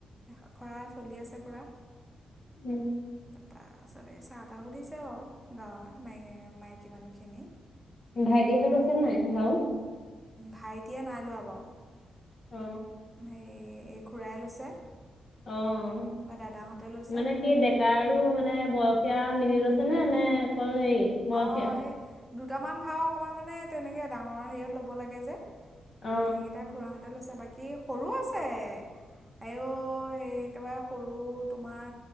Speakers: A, in the centre; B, on the left.
A: আখৰা চলি আছে পূৰা।
B: উম
A: তাৰপা চবেই চাহ তাহো দিছে বাৰু গাঁৱৰ মাই মাইকী মানুহখিনি
B: ভাইটিহঁতত আছে নাই ভাও
A: ভাইটিয়ে নাই লোৱা বাৰু
B: অ
A: হেৰি এই খূৰাই লৈছে।
B: অ'
A: তাৰপৰা দাদাহঁতে লৈছে
B: মানে কি ডেকাৰো মানে বয়স সেয়া মিলি লৈছে নে নে অল হেৰি বৰসীয়া
A: অঁ এই দুটামান ভাও অকণমান মানে তেনেকৈ ডাঙৰ হেৰিয়ত ল'ব লাগে যে
B: অ
A: সেইকেইটা খোৰাহঁতে লৈছা বাকী। বাকী সৰু আছে আইও হে একেবাৰে সৰু তোমাৰ